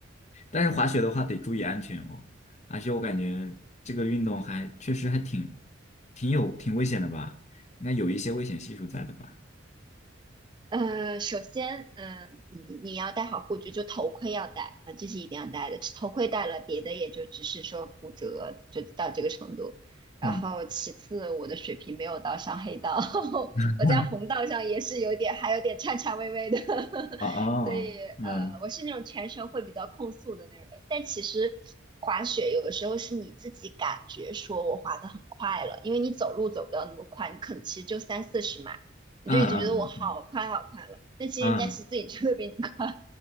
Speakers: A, on the left; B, on the right.
A: 但是滑雪的话得注意安全哦，而且我感觉这个运动还确实还挺挺有挺危险的吧，应该有一些危险系数在的吧？
B: 呃，首先，嗯、你你要戴好护具，就头盔要戴啊、这是一定要戴的。头盔戴了，别的也就只是说骨折，就到这个程度。然后其次，
A: 嗯
B: 我的水平没有到上黑道，<laughs>
A: 嗯
B: 我在红道上也是有点，还有点颤颤巍巍的，<laughs>
A: 哦哦嗯
B: 所以呃，我是那种全程会比较控速的那种人。但其实滑雪有的时候是你自己感觉说我滑得很快了，因为你走路走不到那么快，你可能其实就三四十码。你就已经觉得我好快好快了。
A: 嗯嗯嗯
B: 但其实人家骑自行车会比你快。
A: 嗯，